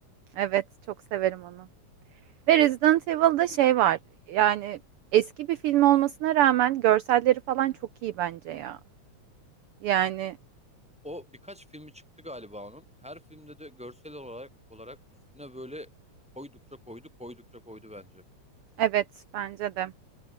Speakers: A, on the right; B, in the centre.
A: Evet, çok severim onu. Ve Resident Evil'da şey var. Yani eski bir film olmasına rağmen görselleri falan çok iyi bence ya. Yani
B: O birkaç filmi çıktı galiba onun. Her filmde de görsel olarak olarak üstüne böyle koydukça koydu, koydukça koydu bence.
A: evet bence de.